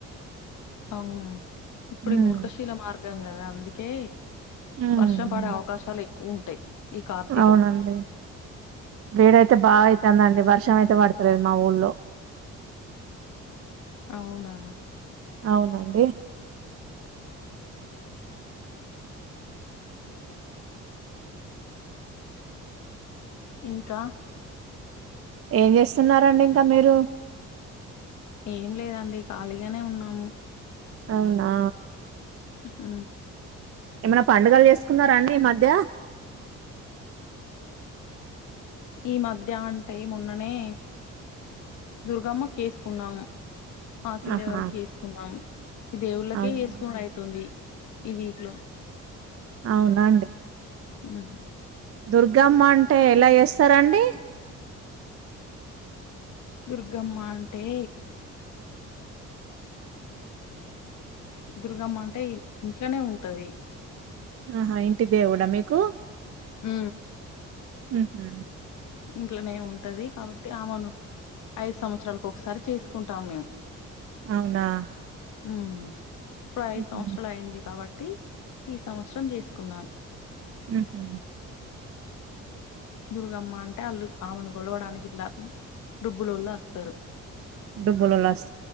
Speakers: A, on the left; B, on the right.
A: అవు ఇప్పుడు
B: ఉమ్
A: మూర్ఖశీల మార్గం కదా అందుకే
B: ఉమ్,
A: వర్షం పడే అవకాశాలు ఎక్కువ ఉంటాయి ఈ కార్తీలో
B: అవునండి వేడయితే బాగాయితాందండి వర్షం అయితే పడతలేదు మా ఊళ్ళో
A: అవునా
B: అవునండి
A: ఇంకా
B: ఏం చేస్తున్నరాండి ఇంక మీరు
A: ఏం లేదండి ఖాళీగానే ఉన్నాము
B: అవునా
A: ఉ
B: ఏమైనా పండుగలు చేసుకున్నారాండి ఈ మధ్య
A: ఈ మధ్య అంటే మొన్ననే దుర్గమ్మ కేసుకున్నాము ఆఖిలి
B: ఆహా
A: దేవరకేసుకున్నాం ఈ దేవుళ్ళకే
B: అవునా
A: చేసుకునుడయితుంది ఈ వీక్ లో
B: అవునా
A: మ్
B: దుర్గామ్మ అంటే ఎలా చేస్తారండి
A: దుర్గమ్మ అంటే దుర్గమ్మ అంటే ఇ ఇంట్లనే ఉంటది
B: ఆహా ఇంటి దేవుడా మీకు
A: మ్
B: మ్ హు
A: ఇంట్లనే ఉంటది కాబట్టి ఆమెను ఐదు సంవత్సరాలకు ఒకసారి చేసుకుంటాం మేము
B: అవునా
A: మ్ ఇప్పుడు ఐదు
B: ఉహు
A: సంవత్సరాలు అయింది కాబట్టి ఈ సంవత్సరం చేసుకున్నాం
B: మ్ హు
A: దుర్గమ్మ అంటే వాళ్ళు ఆమెను కొలువడానికి ఇట్ల దుబ్బులోళ్ళస్తారు
B: దుబ్బులోల్లస్